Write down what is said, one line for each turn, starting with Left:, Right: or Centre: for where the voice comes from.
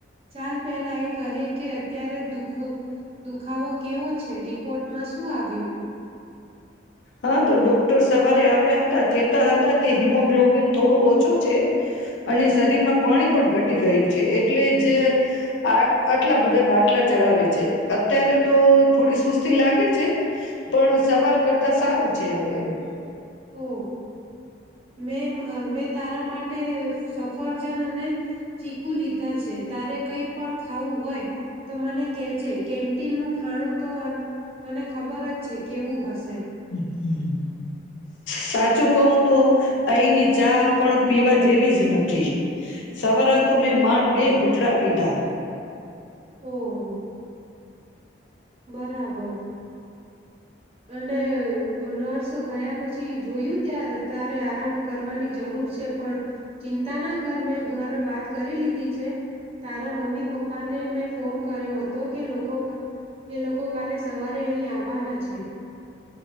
Right: ચાલ પહેલા એ કહે કે અત્યારે દુખો, દુખાવો કેવો છે રિપોર્ટમાં શું આવ્યું?
Left: હા તો ડોક્ટર સવારે આવ્યા હતા કેતા હતા કે હિમોગ્લોબિન થોડું ઓછું છે, અને શરીરમાં પાણી પણ ઘટી ગયું છે એટલે જ, આ આટલા બધા બાટલા ચડાવે છે અત્યારે તો થોડી સુસ્તી લાગે છે, પણ સવાર કરતા સારું છે હવે એમ.
Right: ઓ મે મેં તારા માટે સફરજન અને, ચીકુ લીધા છે. તારે કઈ પણ ખાવું હોય, તો મને કેજે કેન્ટીન નું ખાણું તો મને ખબર જ છે કેવું હશે.
Left: હમ હા. સાચું કહું તો, અહીંની ચા પણ પીવા જેવી જ નથી. સવલતુ મે માંડ બે ઘુટડા પીધા
Right: ઓ. બરાબર. અને નર્સ ગયા પછી જોયું ત્યા તારે આરામ કરવાની જરૂર છે પણ, ચિંતા ના કર મેં ઘર વાત કરી લીધી છે, તારા મમ્મી પપ્પાને મેં ફોન કર્યો હતો કે લોકો એ, લોકો કાલે સવારે અહીં આવવાના છે.